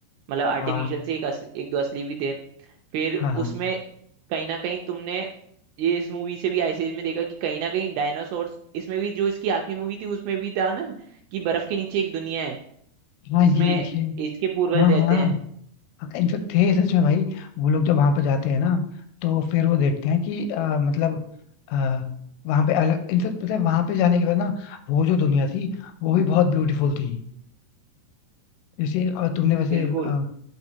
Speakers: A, on the right; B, on the left.
A: मतलब आर्टिफिशियल
B: हाँ
A: से एक असली एक दो असली भी थे फिर
B: हाँ
A: उसमें
B: हाँ।
A: कहीं ना कहीं तुमने ये इस मूवी से भी आइस एज में देखा कि कहीं ना कहीं डायनासोर इसमें भी जो इसकी आखिरी मूवी थी उसमें भी था ना कि बर्फ के नीचे एक दुनिया है
B: हाँ
A: जिसमें
B: ये ये
A: इसके पूर्वज
B: हाँ
A: रहते
B: हाँ
A: हैं
B: इनफेक्ट थे सच में भाई वो लोग जब वहां पे जाते हैं ना तो फिर वो देखते हैं कि अ, मतलब आ, वहां पे अलग इनफेक्ट पता है वहां पे जाने के बाद ना वो जो दुनिया थी वो भी बहुत ब्यूटीफुल थी जैसे अ, तुमने वैसे
A: बिल्कुल
B: अ,